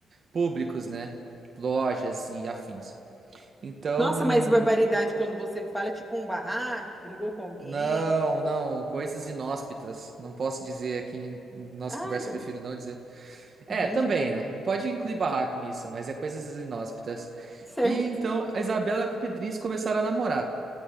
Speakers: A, on the right; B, in the centre.
A: públicos, né? Lojas e afins. Então,
B: Nossa, mas barbaridade quando você fala é tipo um barraco, brigou com alguém.
A: não, não, coisas inóspitas. Não posso dizer aqui, em nossa
B: Ah,
A: conversa,
B: meu
A: prefiro
B: Deus.
A: não dizer. É,
B: Entendi.
A: também, né? Pode incluir barraco nisso, mas é coisas inóspitas.
B: Certo.
A: E então a Isabela com o Pedrinho começaram a namorar.